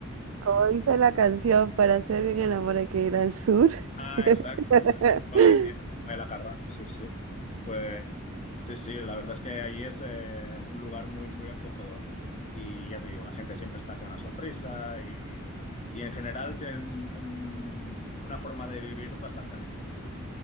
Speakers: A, on the right; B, on the left.
A: Como dice la canción, para hacer bien el amor hay que ir al sur.
B: Ah,
A: <laughs>
B: exacto, exacto. Lo decía Paella Carrà, sí, sí. Pues sí, sí, la verdad es que ahí es eh, un lugar muy, muy acogedor. Y ya te digo, la gente siempre está con una sonrisa y, y en general tienen un- una forma de vivir bastante alegre.